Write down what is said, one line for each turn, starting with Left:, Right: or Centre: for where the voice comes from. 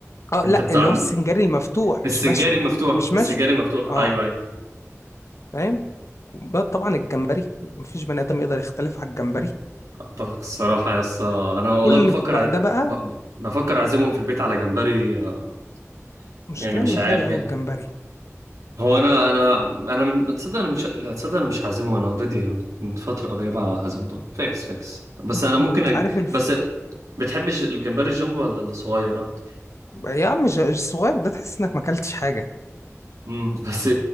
Left: اه
Right: انت
Left: لا
Right: بتاع
Left: اللي هو السنجاري المفتوح
Right: السنجاري
Left: مش مشوي
Right: المفتوح
Left: مش مشوي
Right: السنجاري المفتوح
Left: اه
Right: ايوه ايوه
Left: فاهم وبقى طبعا الجمبري مفيش بني ادم يقدر يختلف على الجمبري
Right: اتفق الصراحه يا اسطى انا والله
Left: كل
Right: بفكر
Left: بقى
Right: ع...
Left: ده بقى
Right: ب... بفكر اعزمهم في البيت على جمبري آه،
Left: مشكلة
Right: يعني مش
Left: ان غالي
Right: عارف
Left: قوي
Right: يعني
Left: الجمبري
Right: هو انا انا انا من تصدق انا مش لا تصدق انا مش هعزمهم انا اوريدي من فتره قريبه هزمتهم فيكس فيكس بس انا
Left: انت
Right: ممكن أج...
Left: عارف الف...
Right: بس ال- بتحب الج- الجمبري الجامبو ولا الصغير اكتر
Left: يا عم مش الصغير ده تحس انك ما اكلتش حاجة
Right: امم <laughs> بس